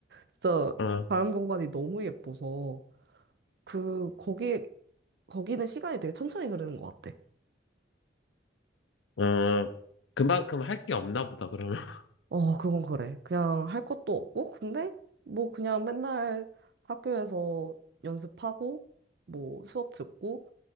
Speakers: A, on the right; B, on the left.
A: 진짜
B: 아,
A: 자연경관이 너무 예뻐서 그 거기 거기는 시간이 되게 천천히 흐르는 것 같아.
B: 어. 그만큼 할 게 없나 보다, 그러면. <laughs>
A: 어, 그건 그래. 그냥 할 것도 없고, 근데 뭐 그냥 맨날 학교에서 연습하고, 뭐 수업 듣고,